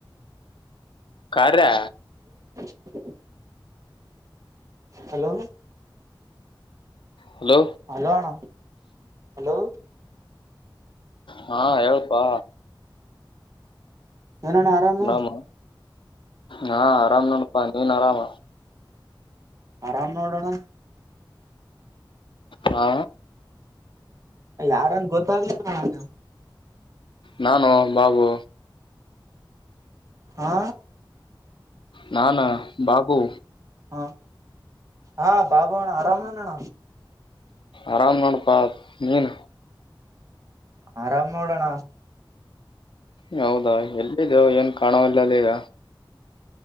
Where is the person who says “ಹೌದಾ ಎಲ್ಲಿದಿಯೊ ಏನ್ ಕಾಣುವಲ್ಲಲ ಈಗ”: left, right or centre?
Left